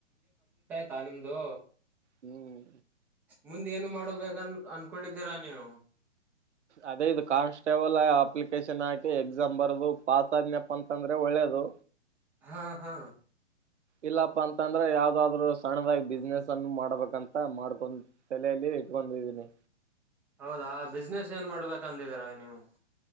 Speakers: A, in the centre; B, on the right.
A: ತಾ ನಿಮ್ದು
B: ಹ್ಮ್
A: ಮುಂದ್ ಏನು ಮಾಡಬೇಕನ್ ಅನ್ಕೊಂಡಿದ್ದೀರಾ ನೀವು
B: ಅದೇ ಇದು ಕಾನ್ಸ್ಟೇಬಲ್ ಅಪ್ಲಿಕೇಶನ್ ಹಾಕಿ ಎಕ್ಸಾಮ್ ಬರದು ಪಾಸ್ ಆದನಪ್ಪ ಅಂತಂದ್ರೆ ಒಳ್ಳೇದು
A: ಹಾ ಹಾ
B: ಇಲ್ಲಪ್ಪಾ ಅಂತಂದ್ರ ಯಾವ್ದಾದ್ರರು ಸಣ್ಣದಾಗಿ ಬಿಸ್ನೆಸ್ ಅನ್ನು ಮಾಡ್ಬೇಕಂತ ಮಾಡ್ಕೊ ತಲೆಲಿ ಇಟ್ಕೊಂಡಿದೀನಿ
A: ಹೌದಾ ಬಿಸ್ನೆಸ್ ಏನ್ ಮಾಡ್ಬೇಕಂದಿರ ನೀವು